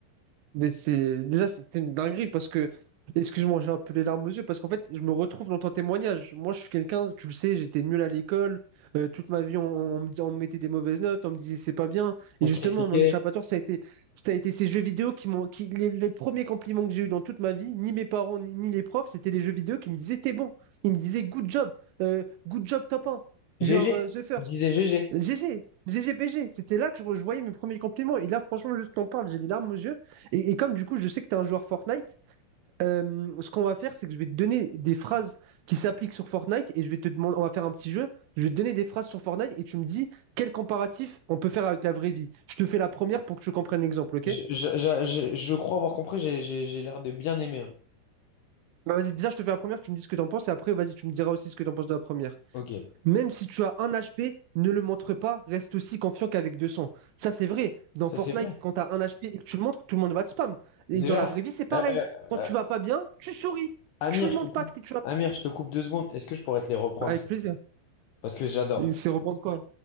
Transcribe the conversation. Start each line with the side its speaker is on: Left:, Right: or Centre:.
Right: Mais c'est déjà c'est c'est une dinguerie parce que excuse-moi, j'ai un peu les larmes aux yeux parce qu'en fait, je me retrouve dans ton témoignage. Moi, je suis quelqu'un, tu le sais, j'étais nul à l'école. Euh, toute ma vie, on, on me, on me mettait des mauvaises notes, on me disait c'est pas bien.
Left: On
Right: Et justement,
Left: critiquait
Right: mon échappatoire, ça a été, ça a été ces jeux vidéo qui m'ont, qui, les, les premiers compliments que j'ai eu dans toute ma vie, ni mes parents, ni, ni les profs, c'était les jeux vidéo qui me disaient t'es bon. Ils me disaient good job, euh, good job top 1,
Left: GG.
Right: you are euh, the first.
Left: Il disait GG.
Right: GG, GGPG, c'était là que je, je voyais mes premiers compliments. Et là, franchement, juste t'en parle, j'ai les larmes aux yeux. Et, et comme du coup, je sais que tu es un joueur Fortnite, euh, ce qu'on va faire, c'est que je vais te donner des phrases qui s'appliquent sur Fortnite et je vais te demander, on va faire un petit jeu. Je vais te donner des phrases sur Fortnite et tu me dis quel comparatif on peut faire avec la vraie vie. Je te fais la première pour que tu comprennes l'exemple, ok?
Left: Je, je- je- je- je crois avoir compris, j'ai j'ai- j'ai l'air de bien aimer. hein.
Right: Bah, vas-y, déjà, je te fais la première, tu me dis ce que t'en penses et après, vas-y, tu me diras aussi ce que t'en penses de la première.
Left: Ok,
Right: Même si tu as un HP, ne le montre pas, reste aussi confiant qu'avec 200. Ça, c'est vrai. Dans
Left: ça
Right: Fortnite,
Left: c'est vrai.
Right: quand tu as un HP et que tu le montres, tout le monde va te spam. Et
Left: Déjà,
Right: dans la vraie vie, c'est pareil.
Left: euh, euh,
Right: Quand
Left: euh,
Right: tu vas pas bien, tu souris.
Left: Amir,
Right: Tu ne montres pas que t'es- tu vas.
Left: Amir, je te coupe deux secondes. Est-ce que je pourrais te les reprendre?
Right: Avec plaisir.
Left: Parce que j'adore.
Right: Et C'est reprendre quoi?